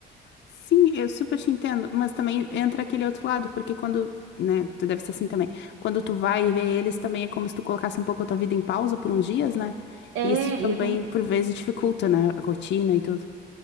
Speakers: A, on the left (about 65°); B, on the right (about 80°).
A: Sim, eu super te entendo, mas também entra aquele outro lado, porque quando, né, tu deve ser assim também, quando tu vai ver eles, também é como se tu colocasse um pouco a tua vida em pausa por uns dias, né?
B: É,
A: E isso também,
B: e é
A: por vezes, dificulta, né, a rotina e tudo.